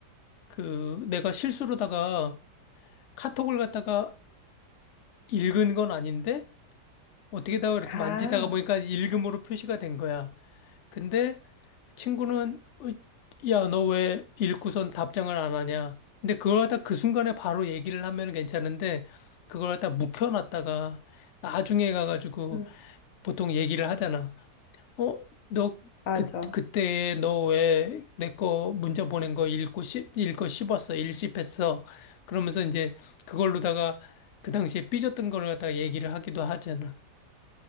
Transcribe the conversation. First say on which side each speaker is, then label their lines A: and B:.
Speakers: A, on the left; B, on the left.
A: 그 내가 실수로다가 카톡을 갖다가 읽은 건 아닌데 어떻게다가 이렇게
B: 아,
A: 만지다가 보니까 읽음으로 표시가 된 거야. 근데 친구는 "어, 야, 너 왜 읽고선 답장을 안 하냐? 근데 그걸 갖다 그 순간에 바로 얘기를 하면 괜찮은데 그걸 갖다 묵혀놨다가 나중에 가가지고
B: 음,
A: 보통 얘기를 하잖아. 어, 너,
B: 맞아.
A: 그, 그때 너 왜 내 거 문자 보낸 거 읽고, 씹, 읽고 씹었어, 일씹했어. 그러면서 이제 그걸로다가 그 당시에 삐졌던 걸 갖다가 얘기를 하기도 하잖아.